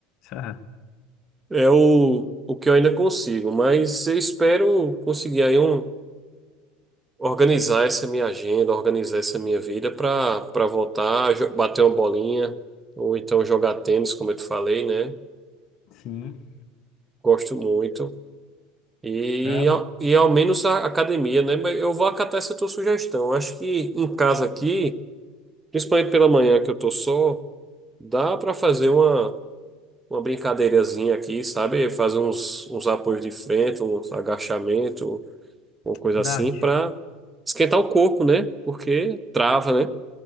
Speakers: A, on the left; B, on the right.
A: Ah,
B: é o, o que eu ainda consigo, mas eu espero conseguir aí um. Organizar essa minha agenda, organizar essa minha vida para para voltar, jo- bater uma bolinha, ou então jogar tênis, como eu te falei, né?
A: sim.
B: Gosto muito. E,
A: É
B: ao- e ao menos a academia, né? Mas eu vou acatar essa tua sugestão. Acho que em casa aqui, principalmente pela manhã que eu tô só, dá para fazer uma, uma brincadeirazinha aqui, sabe? Fazer uns, uns apoios de frente, uns agachamento, uma coisa
A: verdade.
B: assim, para esquentar o corpo, né? Porque trava, né?